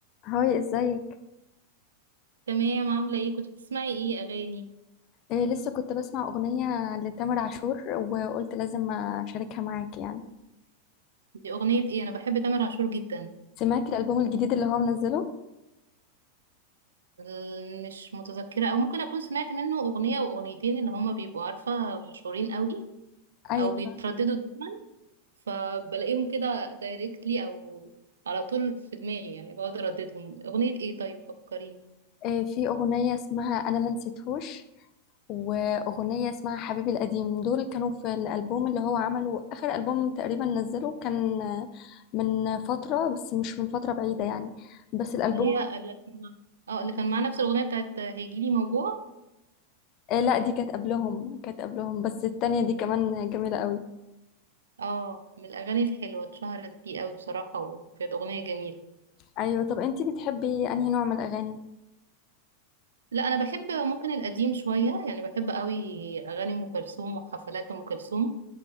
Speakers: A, on the left; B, on the right.
A: هاي ازيك
B: تمام عاملة ايه كنت بتسمعي ايه اغاني
A: إيه لسه كنت بسمع أغنية لتامر عاشور وقلت لازم أشاركها معاك يعني
B: دي اغنية ايه انا بحب تامر عاشور جدا
A: سمعت الألبوم الجديد اللي هو منزله
B: ال- مش متذكرة او ممكن اكون سمعت منه اغنية او اغنيتين اللي هما بيبقوا عارفة مشهورين قوي
A: أيوة
B: او بيترددوا دايما فبلاقيهم كده دايركتلي او على طول في دماغي يعني بقعد ارددهم اغنية ايه طيب فكريني
A: إيه في أغنية اسمها أنا ما نسيتهوش وأغنية اسمها حبيبي القديم دول كانوا في الألبوم اللي هو عمله آخر ألبوم تقريبا نزله كان من فترة بس مش من فترة بعيدة يعني بس الألبوم
B: اللي هي اللي كان مع- اه اللي كان مع نفس الاغنية بتاعت هيجيلي موجوع
A: إيه لا دي كانت قبلهم كانت قبلهم بس التانية دي كمان جميلة قوي
B: اه من الاغاني الحلوة اتشهرت دي قوي بصراحة وكانت اغنية جميلة
A: أيوة طب أنتي بتحبي أنهي نوع من الأغاني؟
B: لا انا بحب ممكن القديم شويه يعني بحب قوي اغاني ام كلثوم وحفلات ام كلثوم